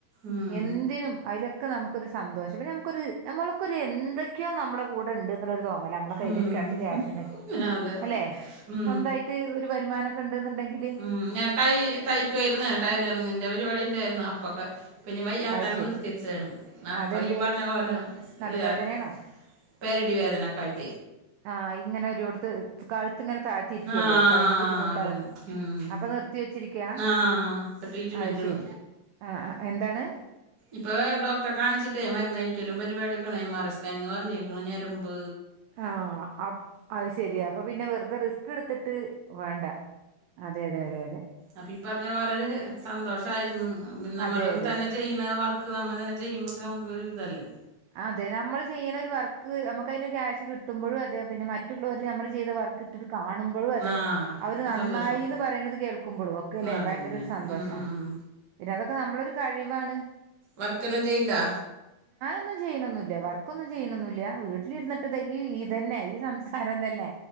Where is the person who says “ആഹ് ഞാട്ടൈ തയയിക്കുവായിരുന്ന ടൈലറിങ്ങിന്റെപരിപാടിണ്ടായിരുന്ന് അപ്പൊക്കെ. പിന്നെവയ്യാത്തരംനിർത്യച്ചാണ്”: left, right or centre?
Right